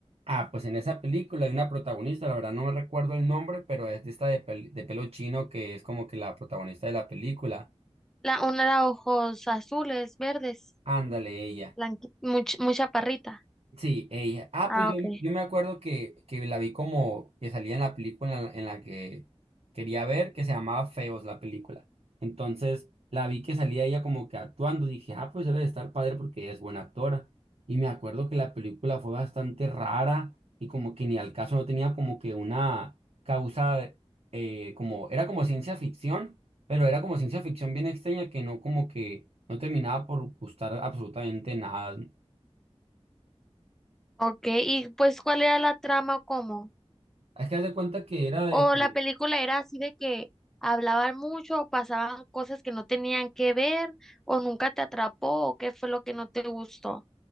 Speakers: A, on the right; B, in the centre.
A: Ah, pues en esa película hay una protagonista, la verdad no me recuerdo el nombre, pero es de esta de, pel- de pelo chino que es como que la protagonista de la película.
B: La, una de ojos azules, verdes,
A: Ándale ella.
B: blanqui- much- muy, chaparrita.
A: Sí, ella. Ah,
B: Ah,
A: pues yo,
B: ok.
A: yo me acuerdo que, que la vi como que salía en la película en la, en la que quería ver, que se llamaba Feos la película. Entonces la vi que salía ella como que actuando. Dije, ah, pues debe de estar padre porque ella es buena actora. Y me acuerdo que la película fue bastante rara y como que ni al caso no tenía como que una causa, eh, como, era como ciencia ficción, pero era como ciencia ficción bien extraña que no como que no terminaba por gustar absolutamente nada.
B: Ok, y pues ¿cuál era la trama? o ¿Cómo?
A: Hay que dar de cuenta que era de
B: O
A: que,
B: la película era así de que hablaban mucho, o pasaban cosas que no tenían que ver, o nunca te atrapó, o qué fue lo que no te gustó.